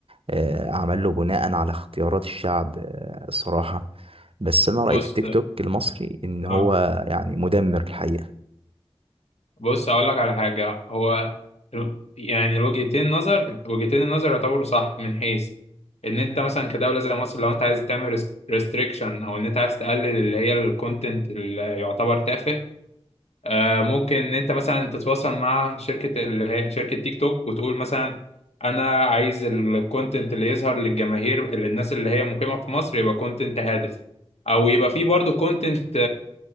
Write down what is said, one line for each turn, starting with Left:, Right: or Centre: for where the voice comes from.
Right: آه، عمل له بناء على اختيارات الشعب آه، الصراحة بس أنا
Left: بص
Right: رأيي في التيك توك المصري إن هو
Left: اه
Right: يعني مدمر الحقيقة
Left: بص هقول لك على حاجة هو ال- يعني الوجهتين نظر وجهتين النظر يعتبروا صح من حيث ان انت مثلا كدولة زي مصر لو انت عايز تعمل ريستريكشن او ان انت عايز تقلل اللي هي الكونتنت اللي يعتبر تافه آه ممكن ان انت مثلا تتواصل مع شركة اللي هي شركة تيك توك وتقول مثلا انا عايز الكونتنت اللي يظهر للجماهير اللي الناس اللي هي مقيمة في مصر يبقى كونتنت هادف او يبقى فيه برضه كونتنت